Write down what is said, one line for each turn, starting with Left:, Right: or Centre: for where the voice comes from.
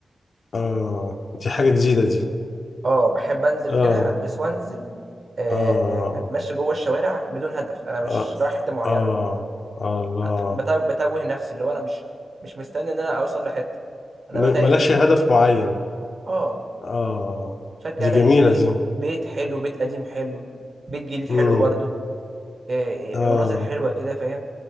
Left: اه دي حاجة جديدة دي
Right: أه بحب أنزل
Left: اه
Right: كده ألبس وأنزل آه،
Left: آه
Right: آه، أتمشى جوه الشوارع بدون هدف أنا مش
Left: آه
Right: رايح حتة معينة
Left: آه الله
Right: أت- بتو- بتوه نفسي اللي هو أنا مش مش مستني إن أنا أوصل لحتة أنا
Left: م-
Right: بتايه
Left: مالكش هدف معين
Right: أه
Left: آه
Right: فجأة
Left: دي
Right: ألاقي
Left: جميلة
Right: بيت,
Left: دي
Right: بيت حلو بيت قديم حلو بيت جديد
Left: مم.
Right: حلو برضه آه،
Left: آه
Right: آه، مناظر حلوة كده فاهم